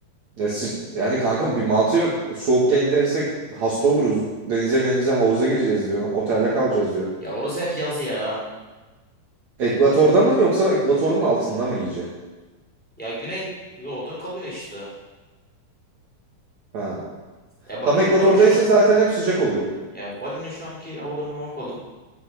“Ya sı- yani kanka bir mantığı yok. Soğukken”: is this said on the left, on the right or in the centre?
Right